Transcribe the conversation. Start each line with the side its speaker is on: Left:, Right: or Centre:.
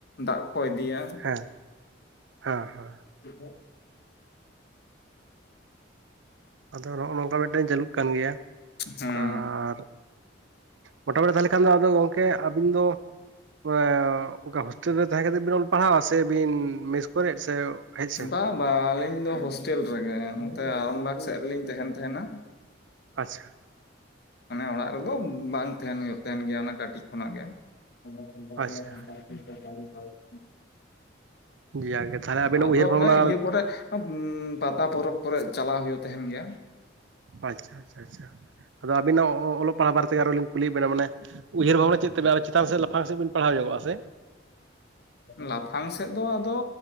Left: ᱫᱟᱜ ᱠᱚ ᱤᱫᱤᱭᱟ
Right: ᱦᱮᱸ... ᱦᱮᱸ ᱦᱮᱸ
Left: <unintelligible>
Right: ᱟᱫᱚ ᱱᱚᱜᱼᱚ ᱱᱚᱝᱠᱟ ᱢᱤᱫᱴᱮᱱ ᱪᱟᱹᱞᱩᱜ ᱠᱟᱱ ᱜᱮᱭᱟ
Left: ᱦᱮᱸ
Right: ᱟᱨ ᱢᱚᱴᱟᱟᱢᱩᱴᱤ ᱛᱟᱦᱚᱞᱮ ᱠᱷᱟᱱ ᱫᱚ ᱟᱫᱚ ᱜᱚᱢᱠᱮ ᱟᱹᱵᱤᱱ ᱫᱚ <unintelligible> ᱚᱱᱠᱟ ᱦᱳᱥᱴᱮᱞ ᱨᱮ ᱛᱟᱦᱮᱸ ᱠᱟᱛᱮᱜ ᱵᱤᱱ ᱚᱞ ᱯᱟᱲᱦᱟᱣᱟ ᱥᱮ ᱵᱤᱱ ᱢᱮᱥ ᱠᱚᱨᱮ ᱥᱮ ᱦᱮᱡ ᱥᱮᱱ
Left: ᱵᱟᱝ ᱵᱟᱝ ᱟᱹᱞᱤᱧ ᱫᱚ ᱦᱳᱥᱴᱮᱞ ᱨᱮᱜᱮ ᱱᱚᱱᱚᱛᱮ ᱟᱨᱟᱢᱵᱟᱜᱽ ᱥᱮᱫ ᱨᱮ ᱞᱤᱧ ᱛᱟᱦᱮᱱ ᱛᱟᱦᱮᱱᱟ
Right: ᱟᱪᱪᱷᱟ
Left: ᱢᱟᱱᱮ ᱚᱲᱟᱜ ᱨᱮᱫᱚ ᱵᱟᱝ ᱛᱟᱦᱮᱱ ᱛᱟᱦᱮᱱ ᱜᱮᱭᱟ ᱚᱱᱟ ᱠᱟᱹᱴᱤᱡ ᱠᱷᱚᱱᱟᱜ ᱜᱮ <unintelligible>
Right: ᱟᱪᱪᱷᱟ ᱡᱟᱜᱮ ᱛᱟᱦᱚᱞᱮ ᱟᱵᱤᱱᱟᱜ
Left: ᱟᱫᱚ
Right: ᱩᱭᱦᱟᱹᱨ ᱵᱷᱟᱵᱽᱱᱟ
Left: ᱚᱱᱮ ᱤᱭᱟᱹ ᱠᱚᱨᱮ ᱯᱟᱛᱟ ᱯᱚᱨᱚᱵᱽ ᱠᱚᱨᱮ ᱪᱟᱞᱟᱣ ᱦᱩᱭᱩᱜ ᱛᱟᱦᱮᱱ ᱜᱮᱭᱟ
Right: ᱟᱪᱪᱷᱟ ᱟᱪᱪᱷᱟ ᱟᱪᱪᱷᱟ ᱟᱫᱚ ᱟᱵᱤᱱᱟᱜ ᱚᱞᱚᱜ ᱯᱟᱲᱦᱟᱜ ᱵᱟᱨᱮ ᱛᱮ ᱟᱨᱚ ᱞᱤᱧ ᱠᱩᱞᱤᱭᱮᱫ ᱵᱤᱱᱟ ᱢᱟᱱᱮ ᱩᱭᱟᱹᱨ ᱵᱷᱟᱱᱟ ᱪᱮᱫ ᱛᱟᱵᱮᱱ ᱟᱨ ᱪᱮᱛᱟᱱ ᱥᱮᱫ ᱞᱟᱯᱷᱟᱝ ᱥᱮᱫ ᱵᱮᱱ ᱯᱟᱲᱦᱟᱣ ᱧᱚᱜᱼᱟ ᱥᱮ
Left: ᱞᱟᱯᱷᱟᱝ ᱥᱮᱫ ᱫᱚ ᱟᱫᱚ